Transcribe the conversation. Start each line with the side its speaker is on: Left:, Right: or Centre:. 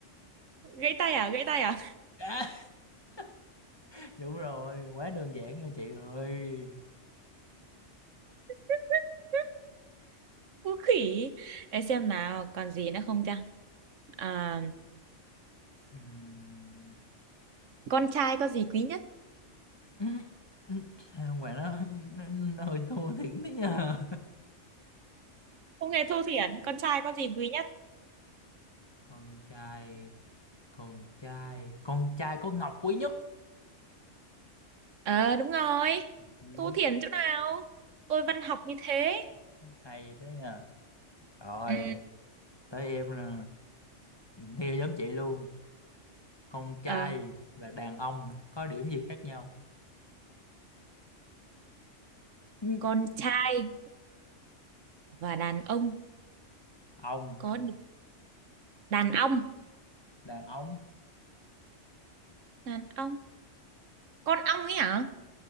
Right: gãy tay à gãy tay à
Left: <laughs> À, đúng rồi, quá đơn giản cho chị rồi.
Right: <laughs> Vũ khỉ. Để xem nào, còn gì nữa không ta? À,
Left: Ừm.
Right: Con trai có gì quý nhất?
Left: <laughs> Sao mà nó nó, nó hơi thua thiệt đấy nha.
Right: không nghe thua thiển, con trai có gì quý nhất?
Left: <laughs> Con trai, con trai, con trai có ngọc quý nhất.
Right: Ờ đúng rồi.
Left: Ừm.
Right: Thua thiển chỗ nào? Tôi văn học như thế.
Left: Hay thế nha. Rồi,
Right: Ừ,
Left: tới em nè. Theo giống chị luôn. con trai
Right: ờ,
Left: và đàn ông có điểm gì khác nhau Ừ,
Right: con trai và đàn ông
Left: ông
Right: có đi- đàn ông,
Left: đàn ông
Right: đàn ông. Con ong ấy hả?